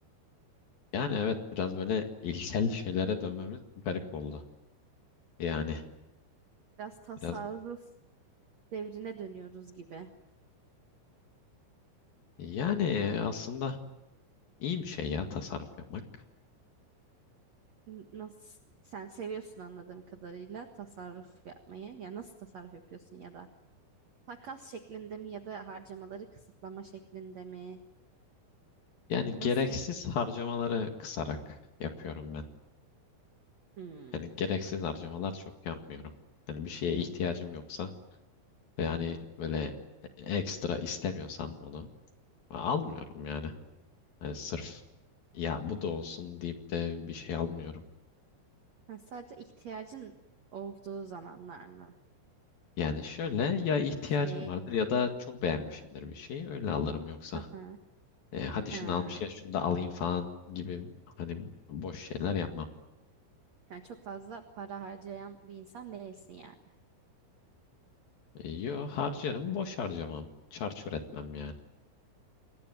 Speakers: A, on the left; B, on the right.
A: Yani evet biraz böyle ilkel şeylere dönmemiz garip oldu. Yani
B: <laughs> Biraz tasarruf
A: biraz
B: devrine dönüyoruz gibi.
A: yani aslında iyi bir şey ya tasarruf yapmak.
B: N- Nasıl sen seviyorsun anladığım kadarıyla tasarruf yapmayı. Ya nasıl tasarruf yapıyorsun ya da takas şeklinde mi ya da harcamaları kısıtlama şeklinde mi?
A: Yani gereksiz
B: Nasıl?
A: harcamaları kısarak yapıyorum ben.
B: Hmm.
A: Yani gereksiz harcamalar çok yapmıyorum. Yani bir şeye ihtiyacım yoksa ve yani böyle ekstra istemiyorsam onu almıyorum yani. Yani sırf ya bu da olsun deyip de bir şey almıyorum.
B: Ha, sadece ihtiyacın olduğu zamanlar mı?
A: Yani şöyle ya ihtiyacım
B: Bir şeyi.
A: vardır ya da çok beğenmişimdir bir şeyi öyle alırım yoksa.
B: Hı hı.
A: E, hadi şunu
B: Ha.
A: almışken şunu da alayım falan gibi hani boş şeyler yapmam.
B: Yani çok fazla para harcayan bir insan değilsin yani.
A: E, yo harcarım boş harcamam. Çarçur etmem yani.